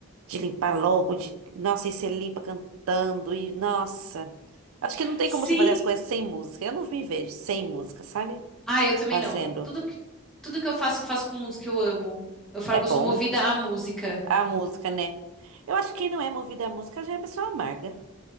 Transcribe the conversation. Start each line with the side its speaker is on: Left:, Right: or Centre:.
Right: de limpar logo, de. Nossa, e você limpa cantando, e nossa. Acho que não tem
Centre: Sim.
Right: como você fazer as coisas sem música. Eu não me vejo sem música, sabe?
Centre: Ah, eu também
Right: Fazendo.
Centre: não. Tudo que, tudo que eu faço, eu faço com música que eu amo. Eu falo
Right: É
Centre: que
Right: bom.
Centre: eu sou movida à música.
Right: A música, né? Eu acho que quem não é movido à música já é pessoa amarga,